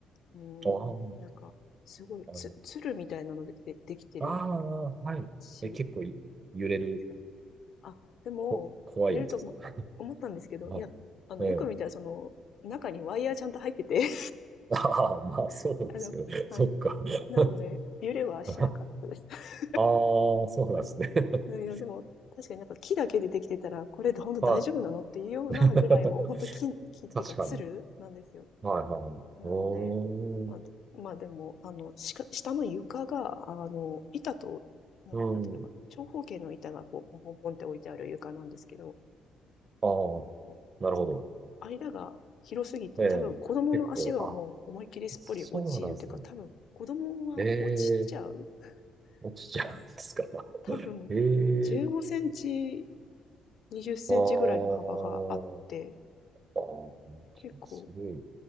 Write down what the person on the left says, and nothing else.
うーん、
なんか、すごい、
つ、鶴みたいなのででできてる
橋
ですかね。あ、でも、
入れると思、思ったんですけど、
いや、あの、
よく見たら、その、中にワイヤーちゃんと入ってて、
<laughs> あの、はい。
なので、揺れはしなかったです。
<laughs>
は
い。いや、でも、確かになんか木だけでできてたら、これで本当大丈夫なのっていうようなぐらい、
もう本当木、木っていうか、
つるなんですよ。
なので、
まあ、まあでも、あの、しか、下の床が、あの、板と、ななんていうのかな、
長方形の板がこう、ポンポンポンって置いてある床なんですけど、
うんと、
その間が広すぎて、
多分子供の足はもう思いっきりすっぽり落ちるというか、
多分子供は落ちちゃう
ぐらい多分、
15センチ、20センチぐらいの幅があって、
結構、